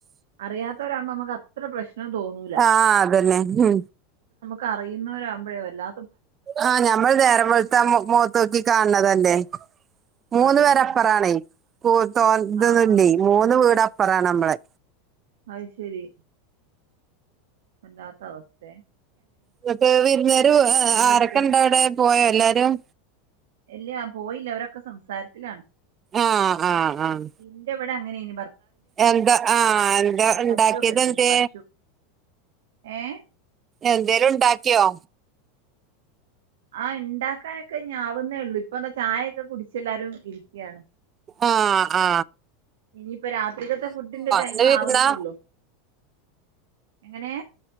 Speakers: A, on the right; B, on the right.
A: അറിയാത്തവരാകുമ്പോ നമുക്ക് അത്ര പ്രശ്നം തോന്നൂല
B: ആ അതെന്നെ മ്
A: കറിറയുന്നവരാപോഴേ വല്ലാ
B: ആ ഞമ്മൾ നേരം വെള് ത്ത മോ മോത്തോക്കി കാണ് ണതല്ലേ മൂന്ന്
A: അതന്നെ.
B: പെരപ്പറാണെ <unintelligible>
A: ആഹ് ആഹ്.
B: മൂന്ന് വീട പറ നമ്മളെ
A: അയ് ശെരി വല്ലാത്താവസ്ഥേ
B: ന്ന്ട്ട് വിര്ന്നാര് ആരൊക്കെ
A: അടുത്ത്
B: ഇണ്ടവ്ടെ പോയ എല്ലാരും
A: ഇല്ല്യാ ആ പോയില്ല അവരൊക്കെ സംസാരത്തിലാണ്
B: ആഹ് ആഹ് ആഹ്
A: ഇന്റെ ഇവ്ടെ അങ്ങനെ നീ
B: എന്താ ആ എന്താണ്ടാക്കിയത്
A: പശുവൊക്കെ ഉണ്ടായിരുന്നു
B: എൻതെ
A: പശു. ഏഹ്
B: എന്തേലും ഉണ്ടാക്കിയോ
A: ആഉണ്ടാക്കാനൊക്കെ ആവുന്നേള്ളൂ ഇപ്പ ന്താ ചായയൊക്കെ കുടിിച്ച എല്ലാരും ഇരി ക്‌യാണ്
B: ആ ആ
A: ഇനിയിപം രാത്രികത്തെ ഫുഡിന്റെ ടൈം
B: ഇന്ന് വിരുന്നാ
A: ആവുന്നേള്ളു എങ്ങനെ